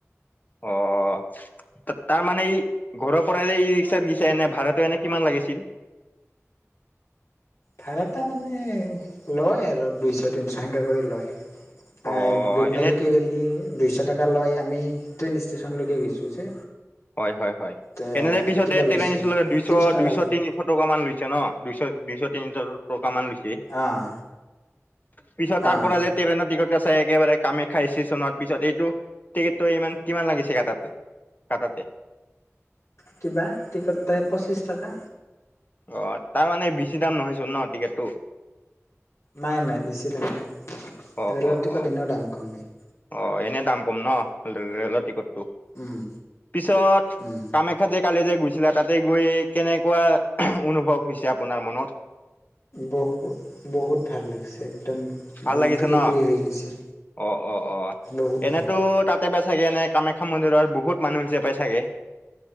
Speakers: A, on the left (about 35°); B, on the left (about 65°).
A: অহ' তা তাৰমানে এই ঘৰৰ পৰাই যে ই ৰিক্সাত গিছা এনে ভাড়াটো এনে কিমান লাগিছিল।
B: ভাড়াটা মানে লয় আৰু দুইশ তিনশ সেনেকাকে কৰি লয়। আহ
A: অ
B: দুধনৈলৈকে
A: এনে
B: গেলি দুইশ টকা। কে লয়। আমি ট্ৰেইন ষ্টেচনলৈকে গৈছোঁ যে।
A: হয়-হয়-হয়,
B: তে
A: তেনেদ পিছতে
B: কিবা লৈছে
A: তেনে নিছিল দুইশ-দুইশ
B: তিনিশ টকা
A: তিনিশ টকা মান লৈছে ন দুইশ-দুইশ। তিন টকা মান লিখি
B: অঁ
A: পিছত তাৰ
B: অঁ
A: পৰা যে টৰেনৰ টিকট ক ত একেবাৰে কামাখ্যা ষ্টেচনৰ পিছত এইটো টিকেটটো ইমান কিমান লাগিছে গে তাতো কাটাতে
B: কিবা টিকটটা পঁচিছ টকা,
A: অ' তাৰ মানে বেছি দাম নহয়চোন ন টিকেটটো।
B: নাই-নাই বেছি দাম নাই
A: অ
B: ৰে'লৰ
A: অ
B: টিকট
A: অ
B: এনেও দাম কম নেকি?
A: অ, এনে দাম কম ন ৰে - ৰেলৰ টিকট
B: উম
A: পিছত
B: উম
A: কামাখ্যা যে কালি যে গু গৈছিলে তাতে গৈ কেনেকুৱা অনুভৱ হৈছে আপোনাৰ মনত।
B: বহুত-বহুত ভাল লাগছে। একদম
A: ভাল
B: মন
A: লাগিছে
B: ফ্ৰী-ফ্ৰী
A: ন?
B: হৈ গৈছে
A: অ' অ' অ'।
B: বহুত
A: এনেতো
B: ভাল।
A: তাতে পাই চাগে এ কামাখ্যা মন্দিৰত বহুত মানুহ হৈছে পায় চাগে